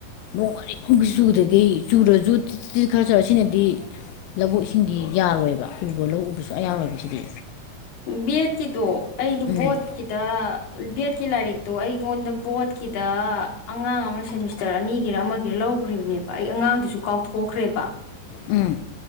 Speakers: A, on the left; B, on the left.
A: ꯅꯣꯡꯃꯔꯤꯛ ꯑꯝꯐꯥꯎ ꯆꯨꯗꯈꯩ ꯆꯨꯔꯁꯨ ꯇꯤ ꯇꯤ ꯇꯤ ꯈꯥꯔ ꯆꯨꯔ ꯁꯤꯅꯗꯤ ꯂꯧꯕꯨꯛ ꯏꯁꯤꯡꯗꯤ ꯌꯥꯔꯣꯏꯕ ꯎꯕ ꯂꯧ ꯎꯕ ꯁꯨꯡꯌꯥ ꯌꯥꯔꯣꯏꯕ ꯁꯤꯗꯤ
B: ꯕꯤꯑꯦꯠꯀꯤꯗꯣ ꯑꯩꯗꯣ
A: ꯎꯝ
B: ꯚꯣꯠꯀꯤꯗ ꯕꯤ ꯑꯦꯠ ꯀꯤ ꯂꯥꯏꯔꯤꯛꯇꯣ ꯑꯩꯉꯣꯟꯗ ꯚꯣꯠꯀꯤꯗ ꯑꯉꯥꯡ ꯑꯃꯅ ꯁꯦꯃꯤꯁꯇ꯭ꯔ ꯑꯅꯤꯒꯤꯔ ꯑꯃꯒꯤꯔ ꯂꯧꯈ꯭ꯔꯤꯕꯅꯤ ꯅꯦꯕ ꯑꯩ ꯑꯉꯥꯡꯗꯨꯁꯨ ꯀꯥꯎꯊꯣꯛꯈ꯭ꯔꯦꯕ
A: ꯎꯝ